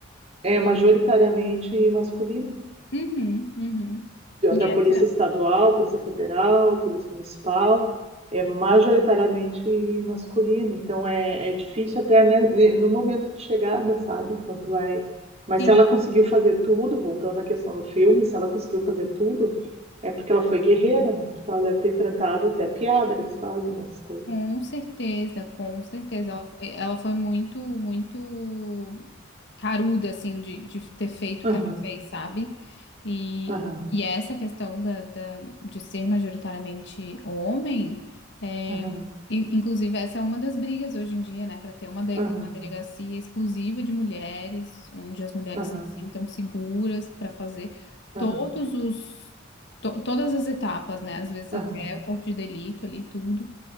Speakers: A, on the right; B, on the left.
A: é majoritariamente masculino.
B: uhum, uhum. E
A: Da Polícia
B: essa,
A: Estadual, Polícia Federal, Polícia Municipal, é majoritariamente masculino. Então é, é difícil até né, ne- no momento de chegada, sabe? Quando vai. Mas
B: sim,
A: se ela conseguiu fazer tudo, voltando à questão do filme, se ela conseguiu fazer tudo, é porque ela foi guerreira, né? Porque ela deve ter enfrentado até piada que eles fazem nessas coisas.
B: Com certeza, com certeza. Ela, foi- ela foi muito, muito caruda, assim, de, de ter feito
A: Aham,
B: o que ela fez, sabe? E,
A: aham,
B: e essa questão da, da- de ser majoritariamente homem, é,
A: aham,
B: e, inclusive, essa é uma das brigas hoje em dia, né? Para ter uma, de-
A: aham,
B: uma delegacia exclusiva de mulheres, onde as mulheres
A: aham,
B: se sintam seguras para fazer
A: aham,
B: todos os, to- todas as etapas, né? Às vezes
A: aham,
B: até o corpo de delito ali, tudo.